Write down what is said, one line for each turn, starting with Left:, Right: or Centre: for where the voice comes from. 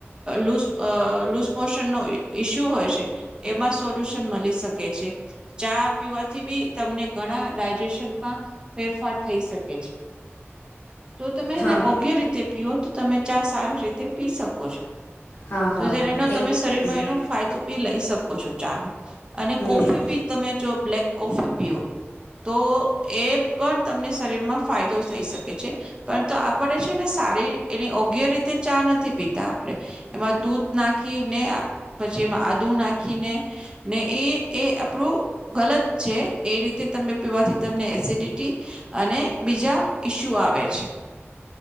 Right: લૂઝ લુઝ મોશનનો ઈસ્યુ હોય છે, એમાં સોલ્યુશન મલી શકે છે, ચા પીવાથી બી તમને ઘણા ડાયજેશનમાં ફેરફાર થઈ શકે છે. તો તમે
Left: હા
Right: એને યોગ્ય રીતે પીઓ. તો તમે ચા સારી રીતે પી શકો છો.
Left: હા
Right: તો
Left: હા
Right: જે
Left: હા
Right: એનો
Left: એક
Right: તમે એમાં
Left: હમ
Right: એનો ફાયદો પી લઈ શકો છો. ચા નો. અને કોફી
Left: હમ
Right: બી તમે જો બ્લેક કોફી પીઓ તો એ પણ તમને શરીર માં ફાયદો થઈ શકે છે, પણ તો આપડે છે ને સારી એની યોગ્ય રીતે ચા નથી પીતા, આપડે એમાં દૂધ નાખીને પછી એમાં આદુ નાખીને, ને, એ એ આપરુ ગલત છે, એ રીતે તમે પીવાથી તમને એસિડિટી અને બીજા ઈસ્યુ આવે છે.